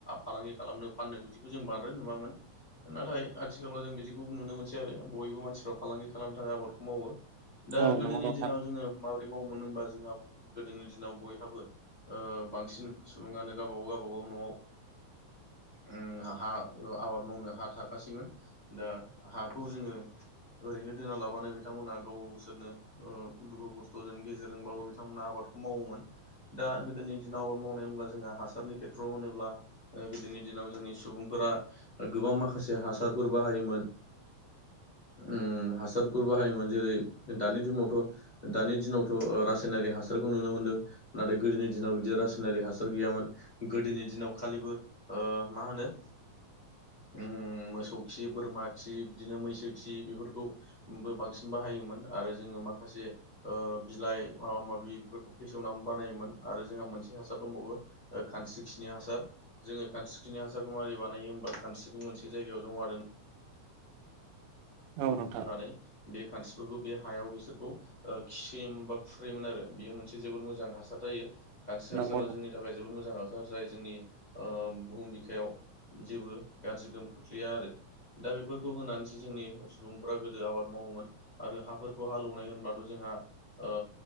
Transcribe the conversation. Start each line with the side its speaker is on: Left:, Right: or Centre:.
Left: फालांगि खालामनो फाननो बिदिखौ जों बांद्राय नुवामोन। नाथाय आथिखालाव जों बिदि बेखौ नुनो मोनसै आरो बयबो मानसिफ्रा फालांगि खालामनो थाखाय आबादखौ मावो दा
Right: औ
Left: गोदोनि
Right: नंगौ नोंथां
Left: दिनाव जोङो माबोरै मावोमोन होमबा जोंहा गोदोनि दिनाव बयहाबो ओ बांसिन सुबुङानो गावबा-गाव गावबा-गाव न'आव उम हा आबाद मावनो हा थाखासैमोन। दा हाखौ जोङो ओरैनो दोना लाबानो बिथांमोनहा गाव गावसोरनो ओ दुखु खस्थ'जों गेजेरजोंबाबो बिथांमोनहा आबादखौ मावोमोन। दा गोदोनि दिनाव आबाद मावनाय होनब्ला जोंहा हासारनि खेथ्रआव होनोब्ला ओ गोदोनि दिनाव जोंनि सुबुंफोरा गोबां माखासे हासारफोर बाहायोमोन। उम हासारफोर बाहायोमोन जेरै दानि जुमावथ' दानि दिनावथ' रासायनारि हासारखौ नुनो मोन्दों नाथाय गोदोनि दिनाव बिदि रासायनारिक हासार गैयामोन गोदोनि दिनाव खालिबो ओ मा होनो ओम मोसौ खि बोरमा खि बिदिनो मैसो खि बेफोरखौ‌ बो बांसिन बाहायोमोन आरो जोङो माखासे ओ बिलाइ माबा माबि बेफोरखौ फेसेवनानै बानायोमोन आरो जोंहा मोनसे हासार दंबावो ओ खानस्रि खिनि हासार जोङो खानस्रिख्रिनि हासारखौ मारि बानायो होमबा खानस्रिखौ मोनसे जायगायाव जमा दोन
Right: औ नोंथां
Left: दोननानै बे खानस्रिफोरखौ बे हायाव बिसोरखौ ओ खिहोयोमोन बा खुरहोयोमोन आरो बेयो मोनसे जोबोद मोजां हासार जायो। खानस्रि
Right: नंगौ
Left: हासारा
Right: नोंथां
Left: जोंनि थाखाय जोबोर मोजां हा जाय जोंनि ओ बुहुम बिखायाव जेबो गाज्रि गोहोम खोख्लैया आरो। दा बेफोरखौ होनानैसो जोंनि सुबुंफ्रा गोदो आबाद मावोमोन आरो हाफोरखौ हालौवनाय होनब्लाथ' जोंहा ओ